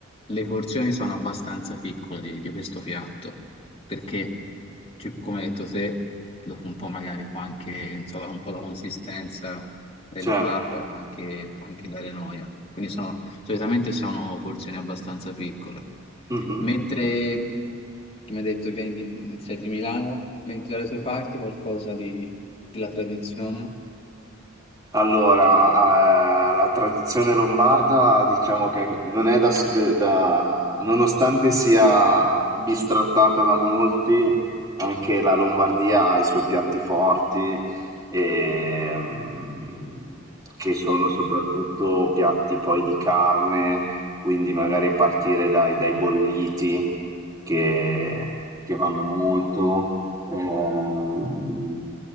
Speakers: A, on the left; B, on the right.
A: le porzioni sono abbastanza piccole di, di questo piatto, perché, ci- come hai detto te, dopo un po' magari può anche, insomma, un po' la consistenza della
B: Certo.
A: pappa può anche, può anche dare noia. Quindi sono, solitamente sono porzioni abbastanza piccole.
B: Mhm.
A: Mentre, come hai detto, vieni di- sei di Milano, mentre dalle tue parti qualcosa di- della tradizione?
B: Allora, eh, la tradizione lombarda diciamo che non è da, s- de- da- nonostante sia bistrattata da molti, anche la Lombardia ha i suoi piatti forti, ehm, che sono soprattutto piatti poi di carne, quindi magari partire dai, dai bolliti che, che vanno molto, ehm,